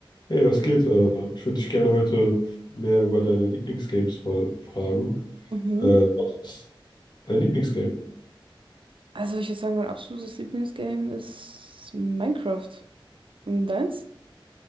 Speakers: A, on the left; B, on the right.
A: Hey, was geht? Äh, ich würde dich gerne heute mehr über deine Lieblingsgames mal fragen.
B: Mhm.
A: Äh, was ist dein Lieblingsgame?
B: Also ich würde sagen, mein absolutes Lieblingsgame ist Minecraft. Und deins?